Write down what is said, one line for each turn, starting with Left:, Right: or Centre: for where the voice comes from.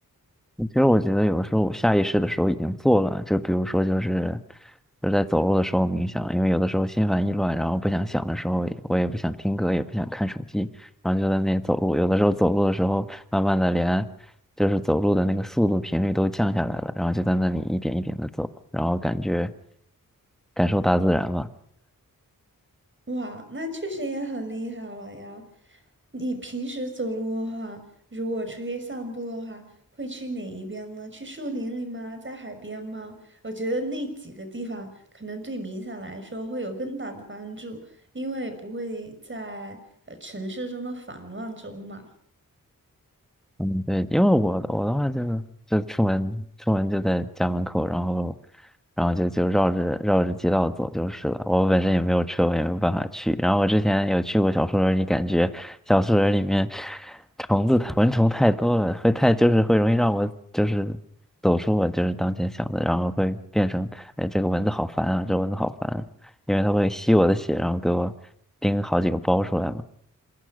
Centre: 其实我觉得有的时候我下意识的时候已经做了，就比如说就是就是在走路的时候冥想，因为有的时候心烦意乱，然后不想想的时候，我也不想听歌，也不想看手机，然后就在那里走路。有的时候走路的时候，慢慢的连就是走路的那个速度频率都降下来了，然后就在那里一点一点的走，然后感觉感受大自然吧。
Right: 哇，那确实也很厉害了呀！你平时走路的话，如果出去散步的话，会去哪一边呢？去树林里吗？在海边吗？我觉得那几个地方可能对冥想来说会有更大的帮助，因为不会在呃城市中的烦乱中嘛。
Centre: 嗯，对，因为我我的话就是就出门出门就在家门口，然后然后就就绕着绕着街道走就是了。我本身也没有车，我也没有办法去。然后我之前有去过小树林里，感觉小树林里面虫子蚊虫太多了，会太就是会容易让我就是走出我就是当前想的，然后会变成哎这个蚊子好烦啊，这蚊子好烦啊因为它会吸我的血，然后给我叮好几个包出来嘛。